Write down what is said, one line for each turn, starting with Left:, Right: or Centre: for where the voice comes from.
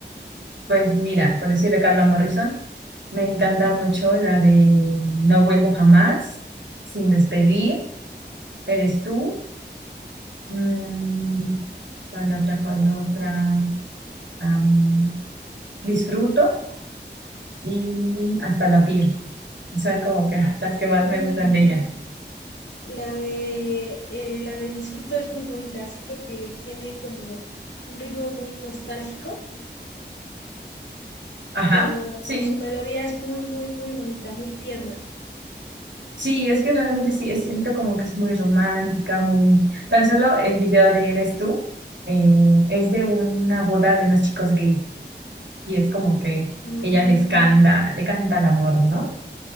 Right: Pues mira, por decir de Carla Morrison, me encanta mucho la de No vuelvo jamás, Sin despedir, Eres tú. mm, ¿cuál otra, cuál otra? Am, disfruto y Hasta la piel. Son como que <laughs> las que
Left: Mm,
Right: más me gustan de ella.
Left: <laughs> La de, eh, la de Disfruto es muy bonita, siento que tiene como un ritmo muy nostálgico,
Right: Ajá,
Left: como
Right: sí.
Left: su melodía es muy, muy, muy bonita, muy tierna.
Right: Sí, es que realmente sí, es- siento como que es muy romántica, muy... Tan solo el video de Eres tú eh, es de una boda de unos chicos gay. y es como que
Left: Mm,
Right: ella les canta, le canta el amor, ¿no?